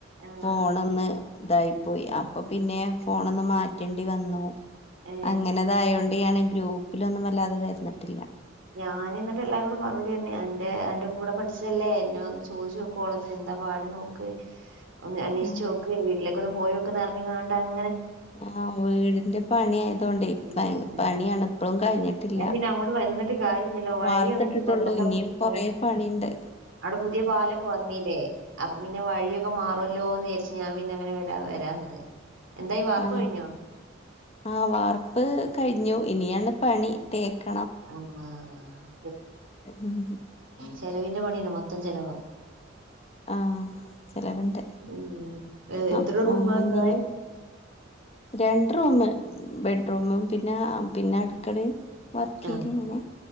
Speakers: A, on the right; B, on the left.
A: ആ
B: ഫോൺ
A: ആ
B: ഒന്ന് ഇതായി പോയി അപ്പൊ പിന്നെ ഫോണ്
A: ഉം,
B: ഒന്ന് മാറ്റേണ്ടി
A: ഉം.
B: വന്നു
A: ഏ
B: അങ്ങനെതായോണ്ടാണ് ഗ്രൂപ്പിലൊന്നും വല്ലാതെ വരന്നിട്ടില്ല
A: ഞാന് എന്നിട്ടെല്ലാരോടും മറുപടി പറഞ്ഞു അന്റെ അന്റെ കൂടെ പഠിച്ചതല്ലേ എന്നെ ഒന്ന് ചോദിച്ചു നോക്കോ ഓള് എന്താ പാട് നോക്ക് അന്വേഷിച്ചു
B: ആഹ്
A: നോക്ക് വീട്ടിലേക്കൊന്ന് പോയി നോക്ക് അറിഞ് <unintelligible>
B: ആഹ വീടിന്റെ പണി ആയതൊണ്ടേ
A: ഓരോരുത്തര്
B: പ പണിയാണ് ഇപ്പഴും കഴിഞ്ഞിട്ട് ഇല്ല
A: ഞാൻ പിന്നെ അങ്ങോട്ട് വന്നിട്ട് കാര്യമില്ലല്ലോ വഴിയൊന്നും
B: വാർത്തിട്ടിട്ടൊള്ളൂ
A: എനിക്ക് പണ്ടത്തെ
B: ഇനിയും
A: പോ-
B: കൊറേ
A: പോലത്തെ
B: പണിയുണ്ട്
A: അവിടെ പുതിയ പാലൊക്കെ വന്നില്ലേ അപ്പം പിന്നെ വഴിയൊക്കെ മാറല്ലോന്ന്ചരിച്ചു ഞാൻ പിന്നെ അങ്ങനെ വരാ വരാന്ന് എന്തായി വാർപ്പ്
B: ആ
A: കഴിഞ്ഞോ
B: ആ വാർപ്പ് കഴിഞ്ഞു ഇനിയാണ് പണി തേക്ക്
A: ആ <unintelligible>
B: ഉം
A: ചെലവിന്റെ പണി തന്നെ മൊത്തം ചെലവാകും
B: ആഹ് ചെലവുണ്ട്
A: ഉം എത്ര
B: അപ്പൊ
A: റൂമാ താഴെ
B: നീ രണ്ട് റൂമ് ബെഡ്റൂമും പിന്ന പിന്ന
A: ഉം.
B: അടുക്കളേം വർക്കേരിയേം
A: ആ
B: അങ്ങനെ